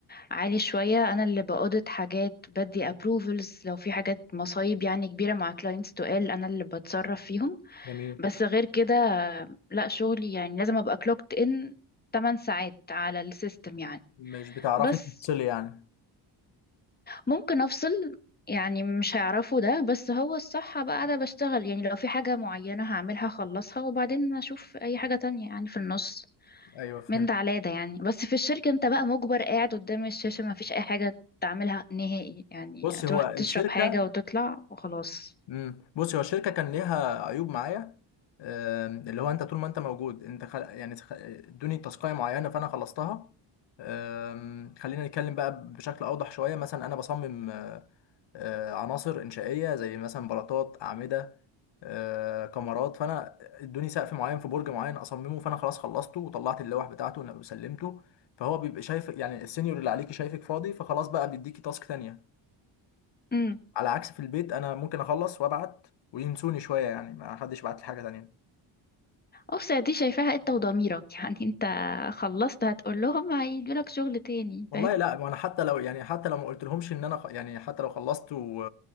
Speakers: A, on the left (about 20°); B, on the left (about 60°).
A: عالي شوية انا اللي بأودت حاجات بدي ابروفلز لو في حاجات مصايب يعني كبيرة مع كلاينتس تقال انا اللي بتصرف فيهم
B: جميل
A: بس غير كده لا شغلي يعني لازم ابقى كلوكت ان 8 ساعات على السيستم يعني
B: مش بتعرفي
A: بس
B: تفصلي يعني
A: ممكن افصل يعني مش هيعرفوا ده بس هو الصح بقى قاعدة بشتغل يعني لو في حاجة معينة هعملها اخلصها وبعدين اشوف اي حاجة تانية يعني في النص
B: ايوه فهمت
A: من ده على ده يعني بس في الشركة انت بقى مجبر قاعد قدام الشاشة ما فيش اي حاجة تعملها نهائي يعني
B: بصي
A: هتروح
B: هو
A: تشرب
B: الشركه
A: حاجة وتطلع وخلاص
B: امم بصي هو الشركه كان ليها عيوب معايا آم، اللي هو انت طول ما انت موجود انت خل... يعني خ- ادوني تاسكايه معينه فانا خلصتها آم، خلينا نتكلم بقى بشكل اوضح شويه مثلا انا بصمم آه، آه، عناصر انشائيه زي مثلا بلاطات اعمده آه، كمرات فانا ادوني سقف معين في برج معين اصممه فانا خلاص خلصته وطلعت اللوح بتاعته وسلمته فهو بيبقى شايف يعني السينيور اللي عليكي شايفك فاضي فخلاص بقى بيديكي تاسك تانية
A: امم
B: على عكس في البيت انا ممكن اخلص وابعت وينسوني شويه يعني ما حدش بعت لي حاجه تانية
A: اوسع دي شايفاها انت وضميرك <laughs> يعني انت خلصت هتقول لهم هيدولك شغل تاني
B: والله لا ما انا حتى لو يعني حتى لو ما قلتلهمش ان انا خ- يعني حتى لو خلصت و...